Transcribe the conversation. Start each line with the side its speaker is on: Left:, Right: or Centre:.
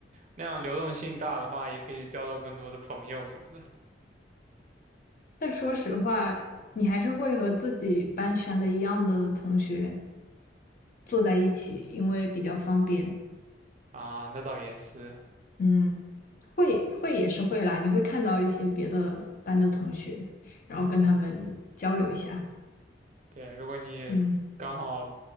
Right: 那样流动性大的话，也可以交到更多的朋友什么的。
Left: 但说实话，你还是会和自己班选的一样的同学坐在一起，因为比较方便。
Right: 啊，那倒也是。
Left: 嗯，会会也是会啦，你会看到一些别的班的同学，然后跟他们交流一下。
Right: 嗯，对，如果你刚好
Left: 嗯，